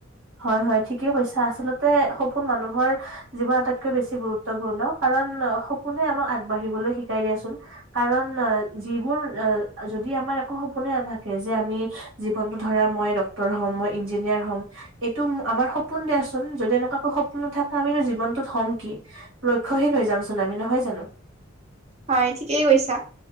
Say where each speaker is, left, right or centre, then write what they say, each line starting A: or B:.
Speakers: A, on the right; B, on the right.
A: হয় হয় ঠিকেই কৈছা আচলতে সপোন মানুহৰ জীৱন আটাইতকৈ বেছি গুৰুত্বপূৰ্ণ কাৰণ সপোনে আমাক আগবাঢ়িবলৈ শিকাই দিয়াচোন কাৰণ যিবোৰ যদি আমাৰ একো সপোনে নাথাকে যে আমি জীৱনতটো ধৰা মই <unintelligible> হম মই ইঞ্জিনিয়াৰ হ'ম এইটো আমাৰ সপোন দিয়াচোন যদি এনেকুৱাকো সপোন নাথাকে আমো জীৱনটোত হ'ম কি লক্ষ্যহীন হৈ যামচোন আমি নহয় জানো।
B: হয় ঠিকেই কৈছা